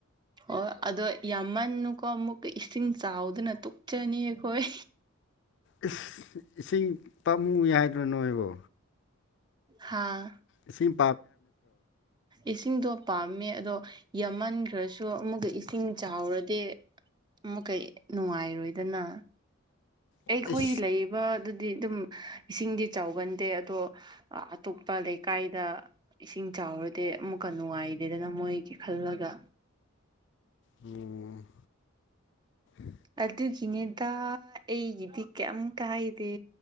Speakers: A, on the right (about 20°); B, on the left (about 55°).
A: ꯑꯣ ꯑꯗꯣ ꯌꯥꯝꯃꯟꯅꯨꯀꯣ ꯑꯃꯨꯛꯀ ꯏꯁꯤꯡ ꯆꯥꯎꯗꯅ ꯇꯣꯛꯨꯞꯆꯅꯤ ꯑꯩꯈꯣꯏ
B: ꯏꯁ ꯏꯁꯤꯡ ꯇꯝꯃꯨꯏ ꯍꯥꯏꯗ꯭ꯔꯣ ꯅꯣꯏꯕꯣ
A: ꯍꯥꯥ
B: ꯁꯤꯝ
A: ꯏꯁꯤꯡꯗꯣ ꯄꯥꯝꯃꯦ ꯑꯗꯣ ꯌꯥꯝꯃꯟꯈ꯭ꯔꯁꯨ ꯑꯃꯨꯛꯀ ꯏꯁꯤꯡ ꯆꯥꯎꯔꯗꯤ ꯑꯃꯨꯛꯀꯩ ꯅꯨꯡꯉꯥꯏꯔꯣꯏꯗꯅ
B: ꯑꯩꯁ
A: ꯑꯩꯈꯣꯏ ꯂꯩꯕ ꯗꯤ ꯑꯗꯨꯝ ꯏꯁꯤꯡꯗꯤ ꯆꯥꯎꯒꯟꯗꯦ ꯑꯗꯣ ꯑꯇꯣꯞꯄ ꯂꯩꯀꯥꯏꯗ ꯏꯁꯤꯡ ꯆ ꯆꯥꯎꯔꯗꯤꯦ ꯑꯃꯨꯛꯀ ꯅꯨꯡꯉꯥꯏꯗꯦꯗꯅ ꯃꯣꯏꯒꯤ ꯈꯜꯂꯒ
B: ꯑꯣ <inaudible>
A: ꯑꯗꯨꯒꯤꯅꯦꯗ ꯑꯩꯒꯤꯗꯤ ꯀꯩꯝ ꯀꯥꯏꯗꯦ